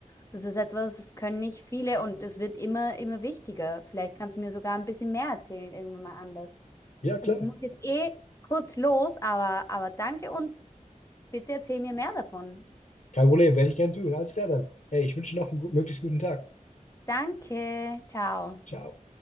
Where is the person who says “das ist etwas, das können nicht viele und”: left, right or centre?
Left